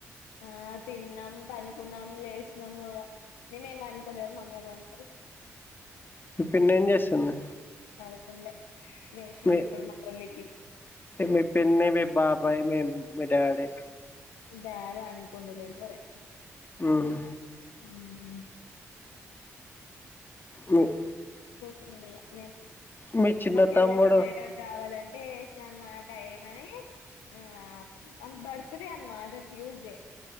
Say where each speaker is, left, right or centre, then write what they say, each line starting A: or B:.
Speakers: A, on the left; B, on the left.
A: ఆ తిన్నాం పండుకున్నాం లేచినం కూడా మే ఏం అనుకోలేదు మమ్మల్ళు <unintelligible> అనుకోలే
B: మీ పిన్ని ఏం చేస్తుంది
A: పడకుండే వేసింది
B: మీ
A: ఇప్పుడు <unintelligible> మరలికి
B: మీ పిన్ని మీ బాభ్ భాయ మే మీ డాడే
A: డాడీ పండుకుంటా లేడు మరి
B: హు హమ్
A: హు హమ్
B: మీ-
A: కోష మే
B: మీ చిన్న
A: మ
B: తమ్ముడు
A: ఎలాకి మయడ <unintelligible> కావాలంటే వేసిన అన్నమాట ఏమని ఆ ఆమె బర్త్డే అన్నమాట ట్యూస్డే